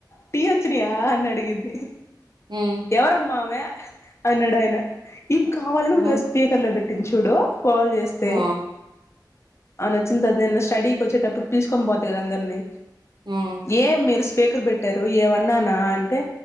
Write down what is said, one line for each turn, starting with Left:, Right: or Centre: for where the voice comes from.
Left: టీ వచ్చినయా అని అడిగింది
Right: హ్మ్.
Left: ఎవరమ్మావే అన్నాడు ఆయన ఏం కావాలని
Right: హ్మ్.
Left: స్పీకర్ లో పెట్టి టి చుడు కాల్ చేస్తే
Right: ఆ!
Left: అ న వచ్చింది త నేను స్టడీకి వచ్చేటప్పుడు పిలుచుకొని పోద్దు కదా అందరినీ
Right: హ్మ్.
Left: ఏం మీరస్ బేరు బట్టారు ఏ అన్నానా అంటే